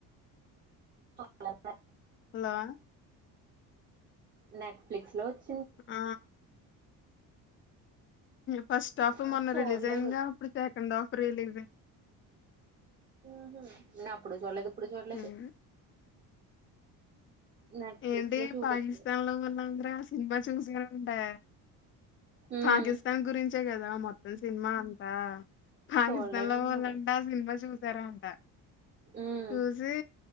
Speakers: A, on the right (about 30°); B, on the left (about 35°).
A: చులే
B: హలో
A: నెట్ఫ్లిక్స్ లో వచ్చి
B: ఆ ఫస్ట్ హాఫ్
A: ఆ
B: మొం
A: చూడలేదు
B: రిలీజ్ అయిందిగా అప్పుడు సెకండ్ హాఫ్ రిలీజ్ అయింది
A: ఉహు ఉన్నపుడు చూడలేదు ఇప్పుడు చూడలేదు
B: హ్మ్.
A: <unintelligible> నెట్ఫ్లిక్స్
B: ఏంటి
A: లో చూపిస్తుంది
B: పాకిస్తాన్ లో ఉన్నాగ్ర సినిమా చూసినాంటే
A: ఉమ్
B: పాకిస్తాన్ గురించే కదా మొత్ సినిమా అంతా పాకిస్తాన్
A: చూడలేదు
B: లో
A: నేను
B: పోవాలంట
A: అది
B: అ సినిమా చూసి జరంత
A: ఉమ్
B: చూసి